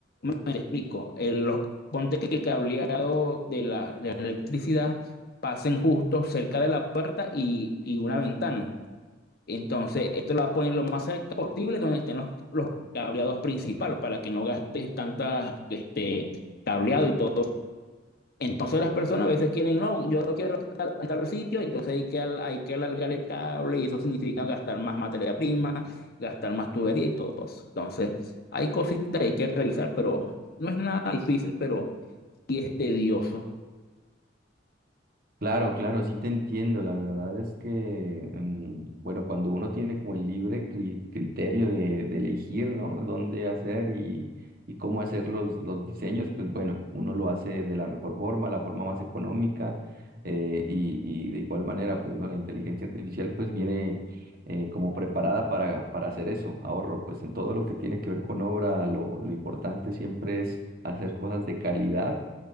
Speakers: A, on the left; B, on the right.
A: Te explico. el- los, ponte que el cableado de la, de la electricidad pasen justo cerca de la puerta y, y una ventana. Entonces, esto lo va a poner lo más cerca posible donde estén los, los cableados principales para que no gastes tantas este, cableado y todo. Entonces las personas a veces quieren, no, yo no quiero estar en tal sitio, entonces hay que, hay que alargar el cable y eso significa gastar más materia prima, gastar más tubería y todo eso. Entonces hay cositas que hay que revisar, pero no es nada difícil, pero sí es tedioso.
B: Claro, claro, sí te entiendo. La verdad es que, mm, bueno, cuando uno tiene como el libre cli- criterio de, de elegir, ¿no? Dónde hacer y, y cómo hacer los, los diseños, pues bueno, uno lo hace de la mejor forma, la forma más económica eh, y, y de igual manera, pues, ¿no? La inteligencia artificial pues viene eh, como preparada para, para hacer eso, ahorro. Pues en todo lo que tiene que ver con obra, lo, lo importante siempre es hacer cosas de calidad